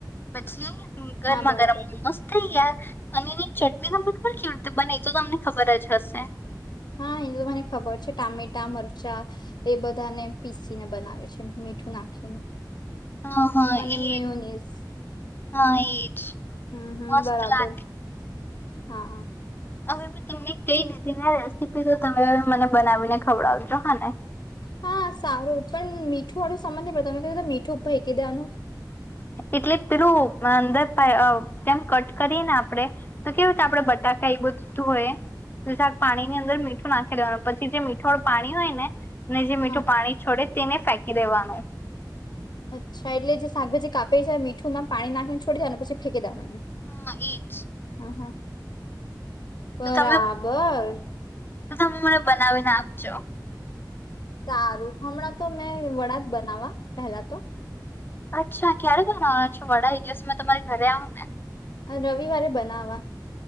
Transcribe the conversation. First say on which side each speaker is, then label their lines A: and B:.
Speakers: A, on the left; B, on the left.
A: પછી ગરમા
B: હા બરાબર
A: ગરમ મોમોસ ત્યાર. અને એની ચટણી તમને ખબર કેવી રીતે બને તો તમને ખબર જ હશે.
B: હા એ તો મને ખબર છે ટામેટા મરચા એ બધાને પીસી ને બનાવે છે. મીઠું નાખીને.
A: હા હા
B: અને
A: એજ
B: મેયોનીઝ
A: હા એજ.
B: હમ્મ હમ્મ
A: મસ્ત
B: બરાબર
A: લાગે
B: હા.
A: હવે મે તમને કઈ દીધી ને રેસીપી તો તમે મને બનાવીને ખવડાવજો. હા ને
B: હા સારું પણ મીઠું વાળું સામાન નહી પડે તમે કયુ તો મીઠું ફેકી દેવાનું.
A: <inaudible> એટલે પીલું અંદર જેમ કટ કરીએ ને આપડે તો કેવું આપડે બટાકા એ બધું હોય તોાક પાણી ની અંદર મીઠું નાખી લેવાનું પછી જે મીઠો પાણી હોય ને ને જે મીઠું
B: હા
A: પાણી છોડે તેને ફેંકી દેવાનું.
B: અચ્છા એટલે જે શાકભજી કાપે છે મીઠુંમાં પાણી નાખીને છોડી દાયને પછી ફેંકી દેવાનુ.
A: હા એ જ
B: હ બરાબર.
A: તમે તો તમે મને બનાવીને આપજો.
B: સારું હમણાં તો મેં વડા જ બનાવા પેલા તો
A: અચ્છા ક્યારે બનવાના છો વડા એ દિવસ મે તમારી ઘરે આવું ને
B: રવિવારે બનાવા